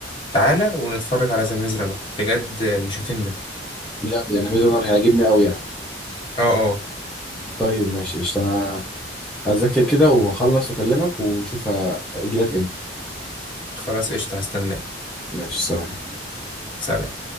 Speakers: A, on the left; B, in the centre.
A: تعالى ونتفرج على ذا ميز رانر بجد مش هتندم
B: بجد يعني ميز رانر هيعجبني قوي يعني
A: أه أه
B: طيب ماشي قشطة انا هذاكر كده واخلص واكلمك واشوف هاجي لك امتى
A: خلاص قشطة هستناك
B: ماشي سلام
A: سلام